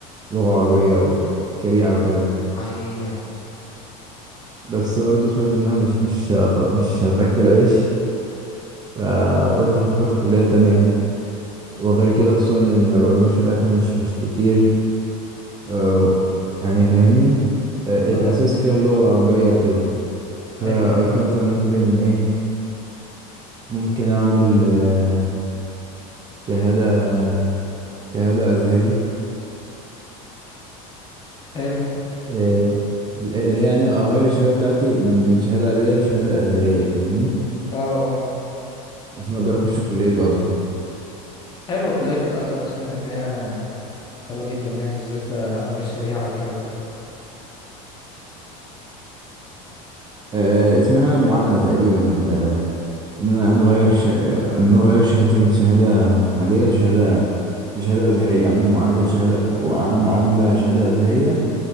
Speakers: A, on the right; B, on the left.
A: لغة عربية وشريعة وكده
B: ايوه
A: بس برضه سمعت انها مش مش هط... مش هتاكل عيش فقلت افكر في كلية تانية وغير كده خصوصا ان العلوم الشرعيه فيها مش مش كتير آه، يعني فاهمني آه،
B: اه
A: الاساس فيها اللغه العربيه وكده فقلت
B: ايوه
A: مثلا ممكن ايه ممكن اعمل آه، شهاده شهاده ازهري
B: حلو
A: آه، اللي هي يعني اغير الشهاده بتاعتي من من شهاده عاديه لشهاده ازهريه فاهمني
B: اه اه.
A: عشان اقدر اخش كليه ازهر
B: حلوة كلية الأزهر أنا سمعت إن هي حلوة جدا يعني بالذات لعلم الشريعة والكلام ده
A: آه، اسمها معادله تقريبا ان انا يعني اغير شه... ان انا اغير شهادتي من شهاده عاديه لشهاده لشهاده ازهريه اعمل معادله شهاده واعمل معادله شهاده ازهريه